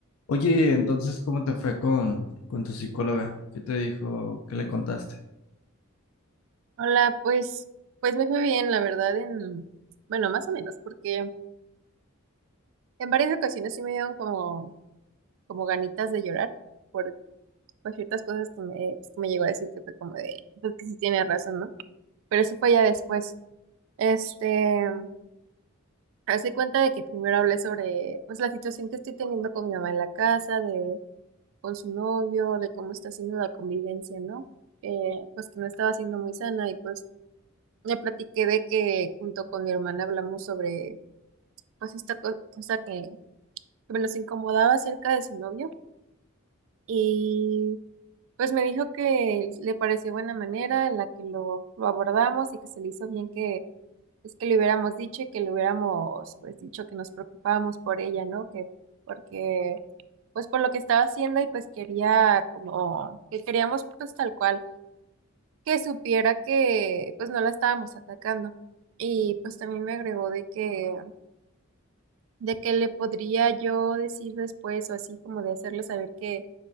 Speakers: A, on the left; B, on the right.
A: Oye, entonces, ¿cómo te fue con, con tu psicóloga? ¿Qué te dijo? ¿Qué le contaste?
B: Hola, pues, pues me fue bien, la verdad, en, bueno, más o menos, porque en varias ocasiones sí me dieron como, como ganitas de llorar por, por ciertas cosas que me, pues, que me llegó a decir que fue como de, pues que sí tiene razón, ¿no? Pero eso fue ya después. Este, hace cuenta de que primero hablé sobre, pues, la situación que estoy teniendo con mi mamá en la casa, de, con su novio, de cómo está haciendo la convivencia, ¿no? Eh, pues que no estaba siendo muy sana y pues... Le platiqué de que junto con mi hermana hablamos sobre pues esta co- cosa que me los incomodaba acerca de su novio y pues me dijo que le pareció buena manera en la que lo, lo abordamos y que se le hizo bien que es que le hubiéramos dicho y que le hubiéramos pues dicho que nos preocupábamos por ella, ¿no? Que porque pues por lo que estaba haciendo y pues quería como que queríamos pues tal cual que supiera que pues no la estábamos atacando. Y pues también me agregó de que de que le podría yo decir después o así como de hacerle saber que